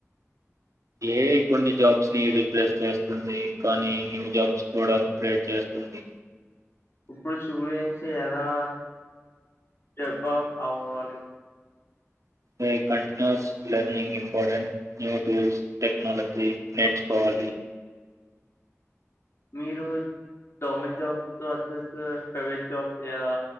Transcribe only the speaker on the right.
ఏఐ కొన్ని జాబ్స్ ని రీప్లేస్ చేస్తుంది కానీ న్యూ జాబ్స్ కూడా క్రియేట్ చేస్తు తుంది
AI continuous learning important new tools technology నేర్చుకోవాలి